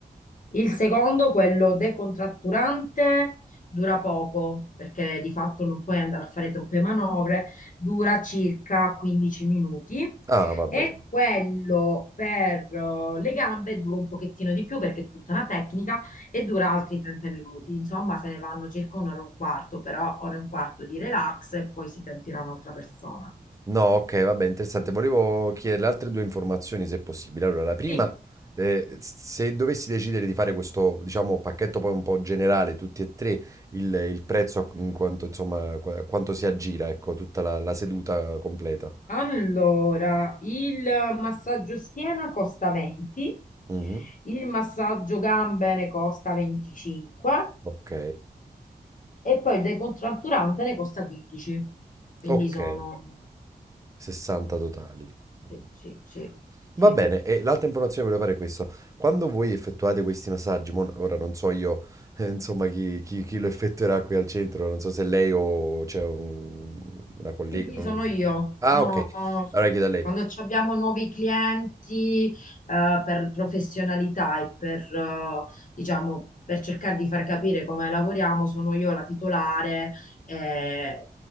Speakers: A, on the left (about 55°); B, on the right (about 20°).
A: Il secondo, quello decontratturante, dura poco, perché di fatto non puoi andare a fare troppe manovre, dura circa 15 minuti.
B: Ah, vabbè.
A: E quello per eh, le gambe dura un pochettino di più perché è tutta una tecnica e dura altri 30 minuti. Insomma, se ne vanno circa un'ora e un quarto, però ora e un quarto di relax e poi si sentirà un'altra persona.
B: No, ok, vabbè, interessante. Volevo chiederle altre due informazioni se possibile. Allora, la prima,
A: Sì,
B: eh, se dovessi decidere di fare questo, diciamo, pacchetto poi un po' generale, tutti e tre, il, il prezzo a- in quanto, insomma, qua- a quanto si aggira, ecco, tutta la, la seduta completa.
A: Allora, il massaggio schiena costa 20,
B: Mhm,
A: il massaggio gambe ne costa 25
B: Ok,
A: e poi il decontratturante ne costa 15. Quindi
B: ok.
A: sono...
B: 60 totali. quindi.
A: Sì, sì, sì, sì.
B: Va bene, e l'altra informazione che volevo fare è questo. Quando voi effettuate questi massaggi, mo- ora non so io, <laughs> eh, insomma, chi, chi- chi lo effettuerà qui al centro, non so se lei o c'è un- una collega.
A: Sì, sì,
B: non-
A: sono io.
B: Ah,
A: Sono-
B: ok, allora chiedo a lei.
A: Quando ci abbiamo nuovi clienti, eh, per professionalità e per, eh, diciamo, per cercare di far capire come lavoriamo, sono io la titolare e,